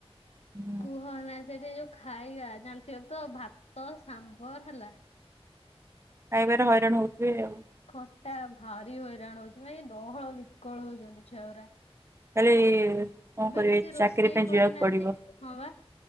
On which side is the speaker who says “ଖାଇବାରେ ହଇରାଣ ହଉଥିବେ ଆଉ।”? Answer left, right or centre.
Right